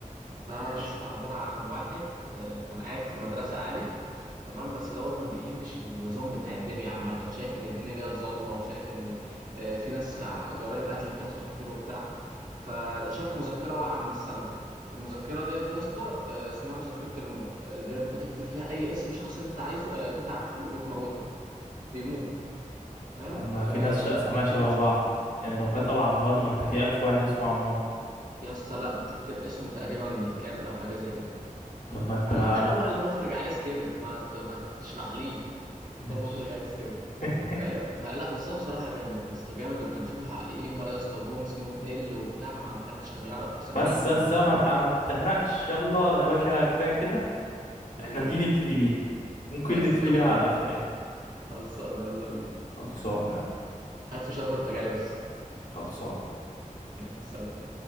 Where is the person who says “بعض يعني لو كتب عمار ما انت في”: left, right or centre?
Left